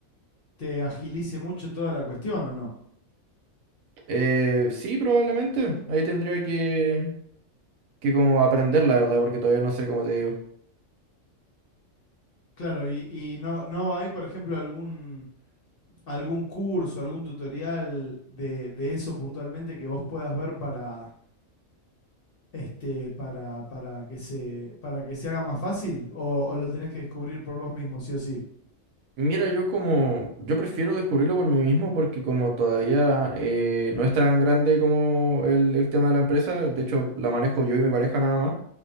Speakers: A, on the left (about 55°); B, on the right (about 80°).
A: te agilice mucho toda la cuestión, ¿o no?
B: Eh, sí, probablemente, ahí tendría que que como aprender, la verdad, porque todavía no sé cómo te digo.
A: Claro, y, y no, no hay, por ejemplo, algún, algún curso, algún tutorial de, de eso puntualmente que vos puedas ver para, este, para, para que se, para que se haga más fácil? ¿O, o lo tenés que descubrir por vos mismo, sí o sí?
B: Mira, yo como, yo prefiero descubrirlo por mí mismo porque como todavía eh, no es tan grande como el, el tema de la empresa, de hecho la manejo yo y mi pareja nada más,